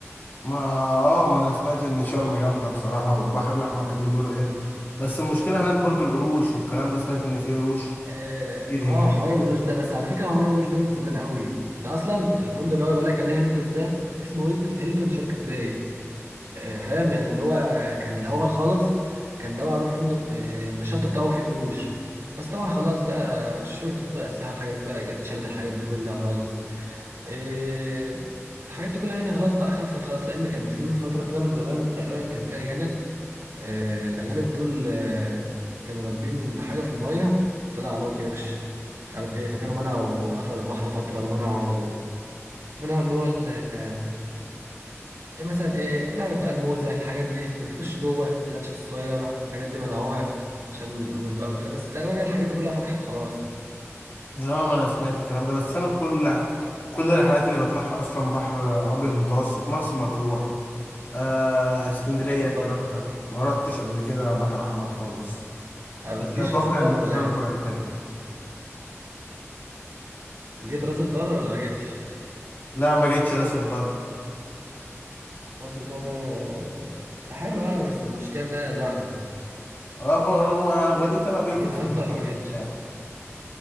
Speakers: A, on the left (about 45°); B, on the right (about 70°).
A: ما اه ما انا سمعت ان شرم جامده بصراحه والبحر الاحمر كمان بيقولوا حلو بس المشكله هناك برضو
B: مم.
A: القروش والكلام ده سمعت ان في قروش
B: اه
A: كتير هناك
B: آه، حوار القروش ده بس على فكره حوار القروش ده من زمان قوي ده اصلا الفندق اللي هو بقول لك عليه هيلتون ده اسمه هيلت- هيلتون شاركس باي آه، فاهم يعني اللي هو كان الاول خالص كان ده معروف فندق آه، ان الشط بتاعه فيه قروش بس طبعا خلاص بقى شرطة بقى السياحة الحاجات دي بقى جت شالت الحاجات دي كلها خالص آه، الحاجات دي كلها يعني خلاص بقى خفت خالص لأن كان في من فترة كده من زمان تقريبا كان في أجانب آه، الأجانب دول آه، كانوا راكبين حاجة في المية طلع عليهم قرش مش عارف ايه فكانوا منعوا قفلوا البحر فترة ومنعوا منعوا اللي هو ال- آه، ايه مثلا ايه لعبة بقى الموزة الحاجات دي اللي بتخش جوه اللانشات الصغيرة الحاجات دي منعوها عشان القروش بقى وكده بس تقريبا يعني الحاجات دي كلها فتحت خلاص
A: اه ما انا سمعت الكلام ده بس انا كل كل الرحلات اللي بطلعها اصلا بحر ابيض متوسط مرسى مطروح آه اسكندريه
B: راس البر
A: الكلام ده ما رحتش قبل كده بحر احمر خالص
B: آه، بتجيش
A: بس اتوقع
B: راس البر
A: ان البحر
B: ولا
A: الاحمر
B: ايه
A: يبقى حلو
B: جيت راس البر ولا ما جيتش
A: لا ما جيتش راس البر
B: راس البر آه، حلوة يعني بس المشكلة انها زحمة
A: اه بقى- ما اغلبيتها بقى بيروحوا
B: جيتها
A: الفلاحين
B: انت ولا ما جيتش
A: وبتاع